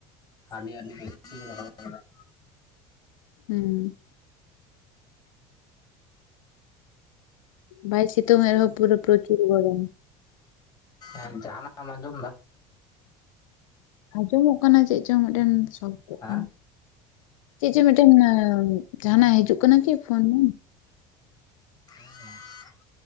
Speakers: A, on the left; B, on the left.
A: ᱦᱟᱱᱤ ᱟᱹᱰᱤ ᱵᱮᱥᱤ ᱜᱮ ᱫᱚᱦᱚ ᱠᱟᱫᱟᱭ
B: ᱦᱩᱸ ᱾ ᱵᱟᱭ ᱥᱤᱛᱩᱝ ᱮᱜ ᱨᱮᱦᱚᱸ ᱯᱩᱨᱟᱹ ᱯᱨᱚᱪᱩᱨ ᱜᱚᱨᱚᱢ ᱾
A: ᱟᱨ ᱡᱟᱦᱟᱱᱟᱜ ᱮᱢ ᱟᱸᱡᱚᱢ ᱫᱟ?
B: ᱟᱸᱡᱚᱢᱚᱜ ᱠᱟᱱᱟ ᱪᱮᱫ ᱪᱚ ᱢᱤᱫᱴᱮᱱ, ᱥᱚᱵᱫᱚᱜ
A: ᱦᱮᱸ
B: ᱠᱟᱱᱟ ᱪᱮᱫ ᱪᱚ ᱢᱤᱫᱴᱮᱱ ᱡᱟᱦᱟᱱᱟᱜ ᱦᱤᱡᱩᱜ ᱠᱟᱱᱟ ᱠᱤ ᱯᱷᱳᱱ ᱢᱮ?
A: <unintelligible>